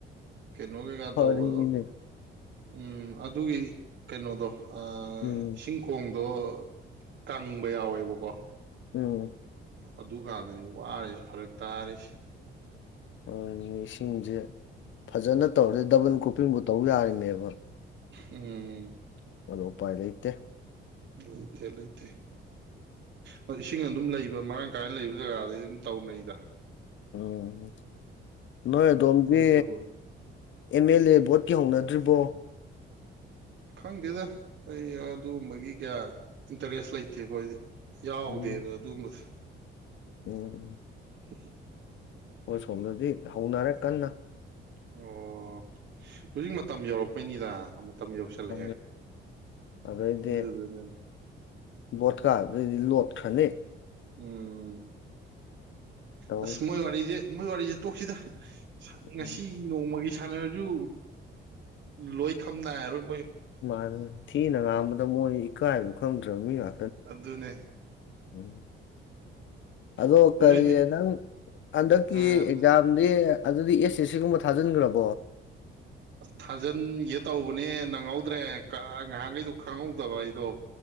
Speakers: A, on the right; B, on the left.
A: ꯀꯩꯅꯣ ꯀꯩꯀꯥ
B: ꯐꯔꯤꯅꯦ
A: ꯇꯧꯕꯗꯣ ꯎꯝ ꯑꯗꯨꯒꯤ ꯀꯩꯅꯣꯗꯣ ꯑꯥ
B: ꯎꯝ
A: ꯏꯁꯤꯡ ꯈꯣꯡ ꯑꯗꯣ ꯀꯪꯕ ꯌꯥꯎꯋꯦꯕꯀꯣ
B: ꯎꯝ
A: ꯑꯗꯨꯀꯥꯟꯗꯅꯤ ꯋꯥꯔꯤꯖꯤ ꯐꯔꯛ ꯇꯥꯔꯤꯁꯤ
B: ꯎꯝ ꯏꯁꯤꯡꯖꯦ ꯐꯖꯅ ꯇꯧꯔꯗꯤ ꯗꯕꯜ ꯀ꯭ꯔꯣꯄꯤꯡꯕꯨ ꯇꯧ ꯌꯥꯔꯤꯅꯤ ꯅꯦꯕ
A: ꯎꯝ
B: ꯃꯗꯣ ꯎꯄꯥꯏ ꯂꯩꯇꯦ
A: ꯂꯩꯇꯦ ꯂꯩꯇꯦ ꯎꯝ ꯑꯗꯣ ꯏꯁꯤꯡ ꯑ ꯗꯨꯝ ꯂꯩꯕ ꯃꯔꯥꯡ ꯀꯥꯏꯅ ꯂꯩꯕ ꯖꯒꯥꯗꯗꯤ ꯑꯗꯨꯝ ꯇꯧꯅꯩꯗ
B: ꯎꯝ ꯅꯣꯏ ꯑꯗꯣꯝꯒꯤ
A: ꯍꯣꯏ ꯇꯧꯕ
B: ꯑꯦꯝ ꯑꯦꯜ ꯑꯦ ꯚꯣꯠꯀꯤ ꯍꯧꯅꯗ꯭ꯔꯤꯕꯣ
A: ꯈꯪꯗꯦꯗ ꯑꯩ ꯑꯗꯨꯒꯨꯝꯕꯒꯤ ꯀꯌꯥ ꯏꯟꯇꯔꯦꯁ ꯂꯩꯇꯦ ꯑꯈꯣꯏꯗꯤ ꯌꯥꯎꯗꯦꯕ
B: ꯎꯝ
A: ꯑꯗꯨꯝꯕꯁꯨ
B: ꯎꯝ ꯎꯝ
A: <unintelligible>
B: ꯍꯣꯏ ꯁꯣꯝꯗꯗꯤ ꯍꯧꯅꯔꯦ ꯀꯟꯅ
A: ꯑꯣ ꯍꯧꯖꯤꯛ ꯃꯇꯝ ꯌꯧꯔꯛꯄꯩꯅꯤꯗ ꯃꯇꯝ ꯌꯧꯁꯜꯂꯛꯑꯦ
B: ꯎ ꯑꯗꯨꯗꯗꯤ
A: ꯑꯗꯨꯗꯨꯅꯅꯤ
B: ꯕꯣꯠꯀꯥ ꯑꯗꯨꯩꯗꯤ ꯂꯣꯠ ꯈꯅꯦ
A: ꯎꯝ
B: ꯇꯧ
A: ꯑꯁ ꯃꯣꯏ ꯋꯥꯔꯤꯁꯦ ꯃꯣꯏ ꯋꯥꯔꯤꯁ ꯇꯣꯛꯁꯤꯗ ꯉꯁꯤ
B: ꯎꯝ
A: ꯅꯣꯡꯃꯒꯤ ꯁꯥꯟꯅꯔꯁꯨ ꯂꯣꯏ ꯈꯝꯅꯥꯏꯔꯣꯏ
B: ꯃꯥ ꯊꯅ ꯉ ꯃ ꯀꯥꯏꯅꯣ ꯈꯪꯗ꯭ꯔꯕ ꯃꯤꯒ
A: ꯑꯗꯨ ꯑꯗꯨꯅꯦ
B: ꯎꯅꯤ ꯑꯗꯣ ꯀꯔꯤ
A: ꯅꯣꯏꯗꯤ
B: ꯅꯪ ꯍꯟꯗꯛꯀꯤ
A: ꯑ
B: ꯑꯦꯛꯖꯥꯝꯗꯤ ꯑꯗꯨꯗꯤ ꯑꯦꯁ ꯑꯦ ꯁꯤ ꯒꯨꯝꯕ ꯊꯥꯖꯤꯟꯈ꯭ꯔꯕ
A: ꯊꯥꯖꯤꯟꯒꯦ ꯇꯧꯕꯅꯦ ꯅꯪꯍꯧꯗ꯭ꯔꯦ ꯉꯥꯏꯍꯥꯟꯈꯩꯗꯨꯣ ꯈꯪꯍꯧꯗꯕ ꯑꯩꯗꯣ